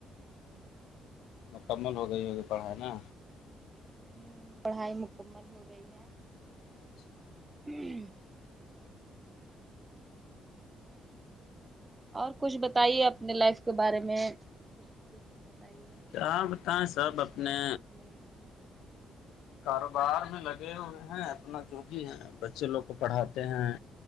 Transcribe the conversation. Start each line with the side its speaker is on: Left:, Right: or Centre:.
Left: مکمل ہو گئی ہوگی پڑھائی نا
Right: ہمم پڑھائی مکمل ہو گئی ہے
Left: اچھا
Right: ہمم اور کچھ بتائیے اپنے لائف کے بارے میں کچھ کچھ بتائیے
Left: کیااں بتائیں
Right: اپنی
Left: سب
Right: سوچ
Left: اپنے
Right: اپنی
Left: کاروبار میں لگے ہوئے ہیں اپنا جو بھی ہے بچے لوگ کو پڑھاتے ہیں